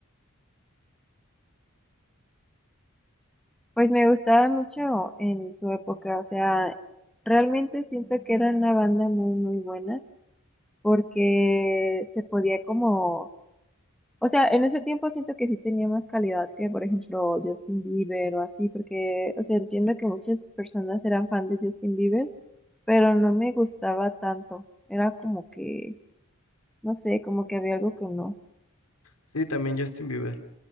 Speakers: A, in the centre; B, on the left.
A: pues me gustaba mucho en su época, o sea, realmente siento que era una banda muy, muy buena. porque se podía como, o sea, en ese tiempo siento que sí tenía más calidad que, por ejemplo, Justin Bieber o así, porque, o sea, entiendo que muchas personas eran fan de Justin Bieber, pero no me gustaba tanto. Era como que, no sé, como que había algo que no.
B: Sí, también Justin Bieber.